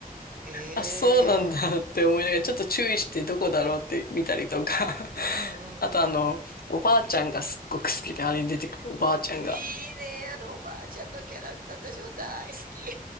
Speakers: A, on the right; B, on the left.
A: ええ。
B: あ、そうなんだって思いながら、ちょっと注意してどこだろうって見たりとか。
A: うんうんうん。
B: <laughs> あとあの、おばあちゃんがすっごく好きで、あれに出てくるおばあちゃんが。
A: いいね、あのおばあちゃんのキャラクター、私も大好き。<laughs>